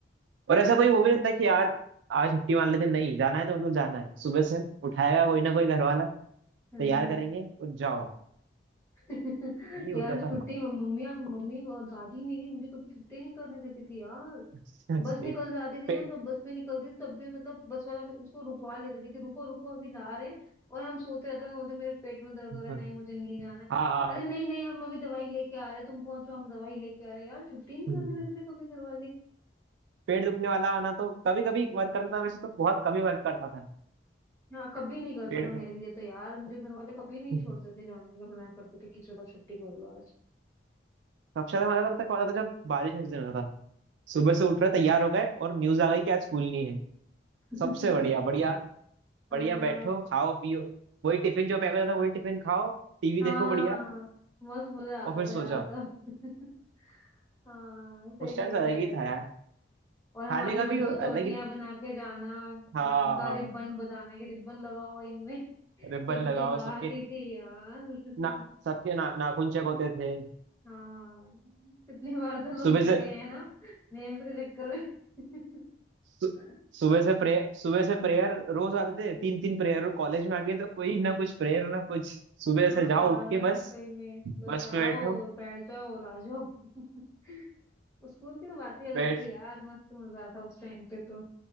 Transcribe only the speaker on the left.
हम्म,
हाँ
<laughs>
यार
छुट्टी मम्मी मम्मी और दादी मेरी मुझे कभी छुट्टी नहीं करने देती थी यार
बस निकल जाती थी
ना जब बस भी निकलती थी तब भी मतलब बस वाला भी उसको रुकवा लेते थे कि रुको रुको अभी ला रहे हैं और हम सोते रहते थे बोलते मेरे पेट में दर्द हो रहा
है नहीं मुझे नहीं जाना है
अरे नहीं नहीं हम अभी दवाई लेके आ रहे हैं तुम पहुंचो हम दवाई लेके आ रहे हैं यार छुट्टी नहीं
करने देते थे कभी घर वाले
हाँ कभी नहीं करता
था मेरे
लिए तो यार मुझे घर वाले कभी नहीं
छोड़ते थे जाने का मना करते थे कि चलो छुट्टी कर लो आज
<laughs>
हाँ
हाँ
मस्त मजा आता
था यार
तब <laughs> हाँ सही
सही
कह
रहे
और हमारी
वो
दो
चोटियां
बना के जाना
मैम का रिबन बताना कि रिबन लगाओ इनमें <laughs> कैसे
चिल्लाती
थी यार <laughs>
हाँ कितनी बार तो लोग
पिटे
हैं ना नेम्स के चक्कर में
<laughs>
हाँ
यार
सही में बस
जाओ
बैठ जाओ और आ जाओ <laughs> स्कूल की तो बात ही अलग
थी यार मस्त मजा आता उस टाइम पे तो